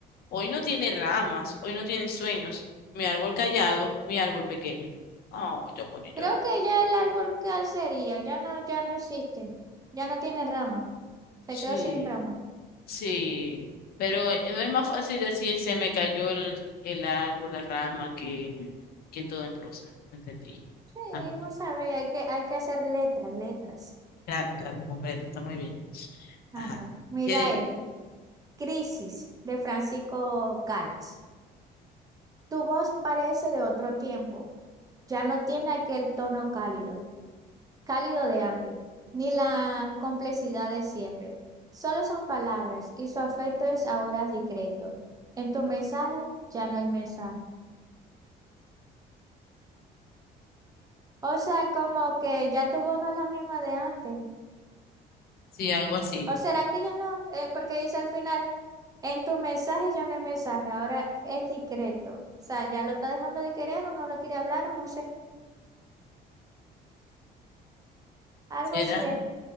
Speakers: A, on the left; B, on the right.
A: Hoy no tiene ramas, hoy no tiene sueños. Mi árbol callado, mi árbol pequeño. Oh, yo bonito
B: Creo
A: el árbol.
B: que ya el árbol cal sería, ya no, ya no existe. Ya no tiene ramas. Se
A: Sí,
B: quedó sin ramas.
A: sí. Pero eh, no es más fácil decir se me cayó el, el árbol, la rama, que, que todo en prosa. ¿Me entendí?
B: Sí,
A: Ah,
B: vos sabés, hay que, hay que hacer letras, letras.
A: Claro, claro, comprendo, está muy bien.
B: Ajá.
A: Ajá.
B: Mira
A: Tiene,
B: este. Crisis, de Francisco Calves. Tu voz parece de otro tiempo. Ya no tiene aquel tono cálido. cálido de antes, ni la complejidad de siempre. Solo son palabras y su afecto es ahora discreto. En tu mensaje ya no hay mensaje. O sea, como que ya tu voz no es la misma de antes.
A: sí, algo así.
B: ¿O será que ya no? Eh, porque dice al final, en tu mensaje ya no hay mensaje, ahora es discreto. O sea, ya lo está dejando de querer o no lo quiere hablar o no sé. Algo
A: ¿Será?
B: así es.